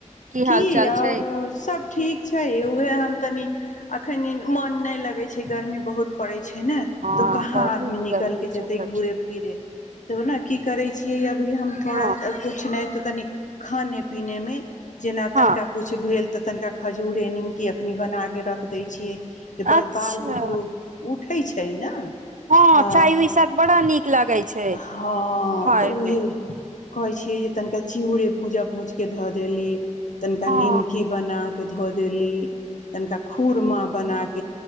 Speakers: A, on the left; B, on the right.
A: की
B: हाल चाल
A: आओर
B: छै
A: सब ठीक छै उएह हम तनि अखन मोन नहि लगै छै गर्मी बहुत पड़ै छै छै ने
B: हँ
A: तो कहाँ
B: बहुत
A: आदमी निकल
B: गर्मी
A: के
B: छै
A: जेते
B: सखी
A: घूे फिरे तब ने की करे छै छिय यब भी हम थोड़ा
B: हँ
A: कछ नहि तऽ तनि खाने पीने मे जेना तनिका
B: हँ
A: कुछ भेल ते तनिका खजूरे निमकी तखनी बनाक रख दै छियै जे
B: अच्छा
A: बाल बुतरू उठै छै ने
B: हँ
A: अ
B: चाय उइ साथ बड़ा नीक लागै छै
A: हँ
B: खाय
A: तऽ उहे
B: मे
A: कहै छियै जे तनिके चिड़े भूजा भूजिके धऽ देली तनिका
B: हँ
A: निमकी बना क धे देली तनिका खुर मे बनाक